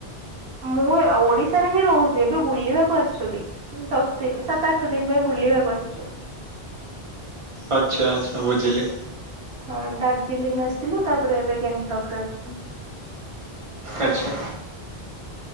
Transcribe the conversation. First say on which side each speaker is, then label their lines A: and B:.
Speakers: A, on the right; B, on the right.
A: ମୁଁ ଓଡିଶାରେ ହିଁ ରହୁଛି, ଏବେ ବୁଲିବାକୁ ଆସିଛୁ ଟିକେ। ଦଶ ଦିନ, ସାତ, ଆଠ ଦିନ ପାଇଁ ବୁଲିବାକୁ ଆସିଛୁ।
B: ଆଚ୍ଛା ଆଚ୍ଛା, ବୁଝିଲି।
A: ହଁ, ଦାର୍ଜିଲିଂ ଆସିଥିଲୁ। ତାପରେ ଏବେ ଗ୍ୟାଙ୍ଗଟକ୍ ରେ ଅଛୁ।
B: ଆଚ୍ଛା।